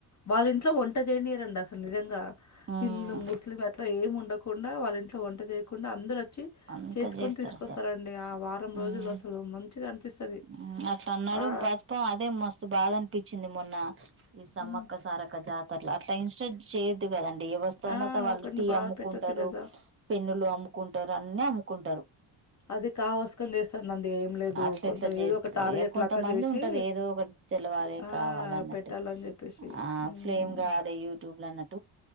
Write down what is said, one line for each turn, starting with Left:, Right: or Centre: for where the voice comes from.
Left: వాళ్ళ ఇంట్లో వంట చేయనీయరండి అసలు నిజంగా
Right: హ్మ్
Left: హిందూ ముస్లిం అట్లా ఏమి ఉండకుండా వాల్లిన్ ట్లో వంట చేయకుండా అందరొ చ్చి
Right: అంతా
Left: చేసుకని
Right: చేస్తారు
Left: తీసుకొస్తారండి
Right: అసలు
Left: ఆ వారం
Right: హ్మ్
Left: రోజులు అసలు మంచిగా అనిపిస్తది
Right: హ్మ్ <unintelligible>
Left: ఆ!
Right: అదే మస్తు బాధనిపిచ్చింది మొన్న ఈ సమ్మక్క
Left: హ్మ్.
Right: సారక్క జాతరలు అట్లా ఇన్స్టట్ చేయద్దు కదన్ డి ఎవరి స్థోమత
Left: ఆ!
Right: వాళ్ళు
Left: ఒకరిని
Right: టీ
Left: బాధ
Right: అమ్ముకుంటారు
Left: పెట్టొద్దు గదా!
Right: పెన్నులు అమ్ముకుంటారు అన్ని అమ్ముకుంటారు
Left: అది కావాసకుని చేస్తాను అండి ఏం లేదు
Right: అట్ల
Left: కొంతం
Right: ఎట్లా చేస్తే
Left: ఏదో ఒక టార్గెట్
Right: కొంతమంది
Left: లక్క చేసి
Right: ఉంటారు ఏదో ఒకటి తెలవాలి
Left: ఆ
Right: కావాలన్నట్టు
Left: పెట్టాలని చెప్పేసి
Right: ఆ
Left: మ్మ్
Right: ఫ్రేమ్ గాదే యూట్యూబ్ లో అన్నట్